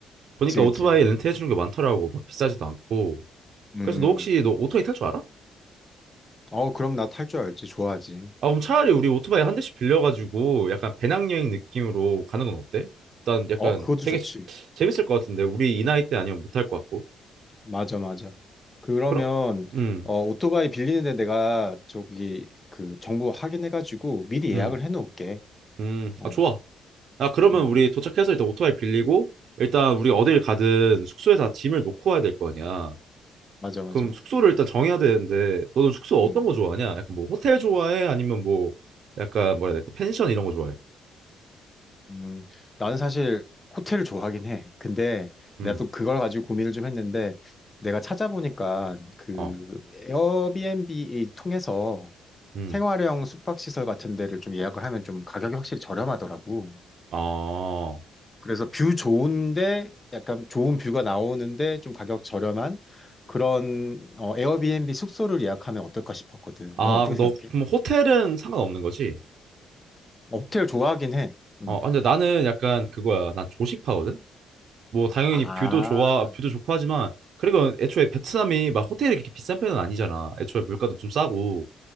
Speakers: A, on the right; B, on the left.
A: 보니까
B: 그치, 그치.
A: 오토바이 렌트해주는 게 많더라고. 막 비싸지도 않고.
B: 음.
A: 그래서 너 혹시 너 오토바이 탈 줄 알아?
B: 어, 그럼 나 탈 줄 알지. 좋아하지.
A: 아, 그럼 차라리 우리 오토바이 한 대씩 빌려가지고 약간 배낭여행 느낌으로 가는 건 어때? 일단 약간
B: 어, 그것도
A: 되게
B: 좋지.
A: 재- 재밌을 것 같은데 우리 이 나이 때 아니면 못할 것 같고.
B: 맞아, 맞아. 그러면
A: 그럼, 음,
B: 어, 오토바이 빌리는데 내가 저기 그 정보 확인해가지고 미리
A: 음,
B: 예약을 해놓을게.
A: 음.
B: 어,
A: 아, 좋아. 아, 그러면
B: 음, 음.
A: 우리 도착해서 일단 오토바이 빌리고, 일단 우리 어딜 가든 숙소에다 짐을 놓고 와야 될 거 아니야.
B: 맞아, 맞아.
A: 그럼 숙소를 일단 정해야 되는데, 너는 숙소
B: 음,
A: 어떤 거 좋아하냐? 약간 뭐 호텔 좋아해? 아니면 뭐, 약간 뭐라 해야 될까? 펜션 이런 거 좋아해?
B: 음, 나는 사실 호텔을 좋아하긴 해. 근데 내가
A: 음,
B: 또 그걸 가지고 고민을 좀 했는데 내가 찾아보니까 그
A: 어,
B: 에어비앤비 통해서
A: 음,
B: 생활형 숙박시설 같은 데를 좀 예약을 하면 좀 가격이 확실히 저렴하더라고.
A: 어.
B: 그래서 뷰 좋은데 약간 좋은 뷰가 나오는데 좀 가격 저렴한 그런 어, 에어비앤비 숙소를 예약하면 어떨까 싶었거든.
A: 아,
B: 넌 어떻게
A: 그럼 너,
B: 생각해?
A: 그럼 호텔은 상관없는 거지?
B: 어, 호텔 좋아하긴 해. 음.
A: 어, 아, 근데 나는 약간 그거야. 난 조식파거든? 뭐 당연히
B: 아,
A: 뷰도 좋아, 뷰도 좋고 하지만 그리고 애초에 베트남이 막 호텔이 그렇게 비싼 편은 아니잖아. 애초에 물가도 좀 싸고.